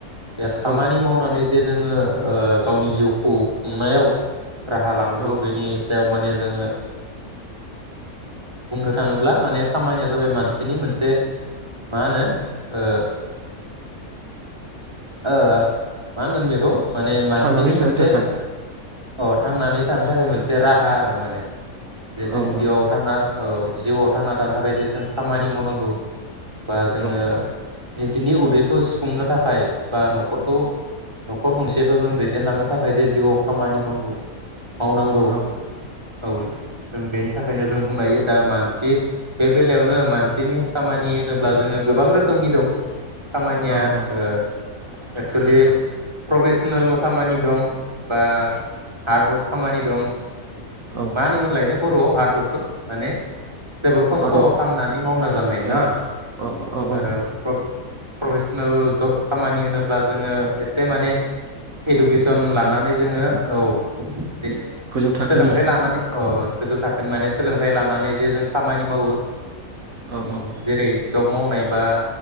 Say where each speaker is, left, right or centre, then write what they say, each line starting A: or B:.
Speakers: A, on the right; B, on the right.
A: दा खामानि
B: औ
A: मावनानै जे जोङो ओ गावनि जिउखौ खुंनायाव राहा लानांगौ
B: औ
A: बेनि सायाव माने जोङो बुंनो थाङोब्ला माने खामानिया जाबाय मानसिनि मोनसे मा होनो ओ ओ मा होनगोन बेखौ माने मानसिनि
B: थांनानै थानो
A: मोनसे
B: थाखाय
A: अ थांनानै थानो थाखाय मोनसे राह हार माने जे जों
B: औ
A: जिउआव
B: औ
A: थांना औ जिउआव थांना थानो थाखाय जों खामानि मावनांगौ। बा जोङो
B: औ
A: निजनि उदै खौ सुफुंनो थाखाय बा न'खरखौ न'खर गंसेखौ जों दैदेनलांनो थाखाय जे जिउआव खामानि मावनो। मावनांगौ
B: औ
A: औ जों बेनो थाखायनो जों बुंनो हायो दा मानसि बे बेलायावनो मानसिनि खामानि होनोब्ला जोङो गोबां रोखोमनि दं। खामानिया
B: औ औ
A: ओ एक्सलि प्रभेस सनेल खामानि दं। बा हार्डवर्क खामानि दं।
B: औ
A: मा होनोमोनलाय नों बर'आव हार्डवर्कखौ माने जोबोर खस्थ'
B: आदब
A: खालामनानै मावना जानाय
B: ए
A: ना
B: औ औ औ
A: आरो। प्रफेसनेल जब खामानि होनोब्ला जोङो एसे माने इडुकेसन
B: हाय
A: लानानै जोङो औ जे
B: गोजौ थाखोनि
A: सोलोंथाइ लानानै औ। गोजौ थाखोनि माने सोलोंथाइ लानानै जे जों खामानि मावो। उम
B: औ औ
A: जेरै जब मावनाय बा